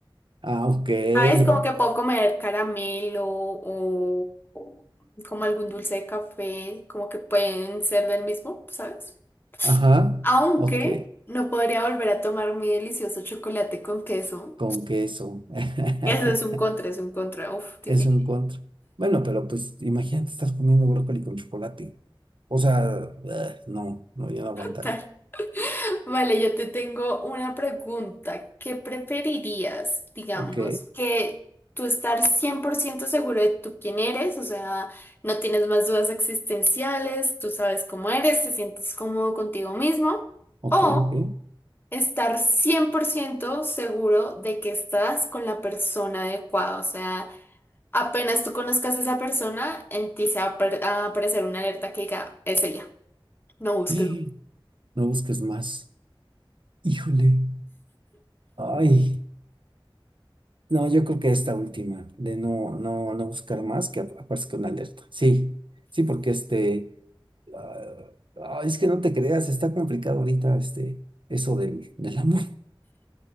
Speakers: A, on the right (about 65°); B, on the left (about 25°).
A: Ah, ok.
B: ¿Sabes? Como
A: o-
B: que puedo comer caramelo o, o como algún dulce de café, como que pueden ser del mismo, ¿sabes?
A: ajá.
B: Aunque
A: Ok.
B: no podría volver a tomar mi delicioso chocolate con queso.
A: Con queso. <laughs>
B: Eso es un contra, es un contra. Uf, difícil.
A: Es un contra. Bueno, pero pues imagínate, estás comiendo brócoli con chocolate. O sea, ugh, no, no, yo no aguantaría.
B: <laughs> Vale, yo te tengo una pregunta. ¿Qué preferirías, digamos,
A: Ok,
B: que tú estar 100% seguro de tú quién eres? O sea, no tienes más dudas existenciales, tú sabes cómo eres, te sientes cómodo contigo mismo.
A: ok,
B: O
A: ok.
B: estar 100% seguro de que estás con la persona adecuada. O sea, apenas tú conozcas a esa persona, en ti se va a apar- a aparecer una alerta que diga, es ella. No busques.
A: Eh, No busques más. Híjole. Ay. No, yo creo que esta última, de no, no, no buscar más, que ap- aparezca una alerta. Sí, sí, porque este, ah, ay, es que no te creas, está complicado ahorita este, eso del, del amor.